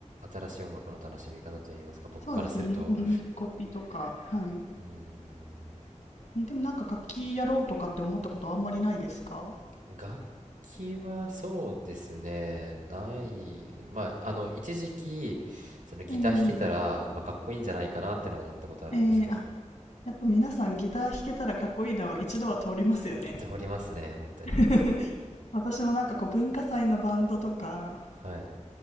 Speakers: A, on the right (about 80°); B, on the left (about 75°).
A: 新しい音楽の楽しみ方といいますか、僕からすると、
B: そうですね。み耳コピとか。はい。
A: うーん。
B: えでもなんか楽器やろうとかって思ったことあんまりないですか
A: 楽器はそうですね、ない、まあ、あの、一時期、そのギター弾けたら、
B: ええ
A: まあ、かっこいいんじゃないかなってのは思ったことあるんですけど、
B: えー、あ、やっぱ皆さんギター弾けたらかっこいいなは一度は通りますよね。
A: 通りますね、本当に。
B: <laughs> 私もなんかこう文化祭のバンドとか、
A: はい。